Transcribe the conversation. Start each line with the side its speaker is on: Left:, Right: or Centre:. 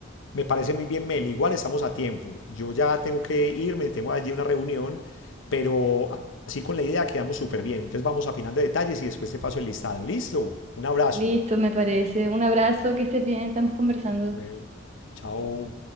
Left: Me parece muy bien, Mel. Igual estamos a tiempo. Yo ya tengo que irme, tengo allí una reunión, pero así con la idea quedamos súper bien. Entonces vamos afinando detalles y después te paso el listado. ¿Listo? Un abrazo.
Right: Listo, me parece. Un abrazo, que estés bien, estamos conversando.
Left: Bueno, chao.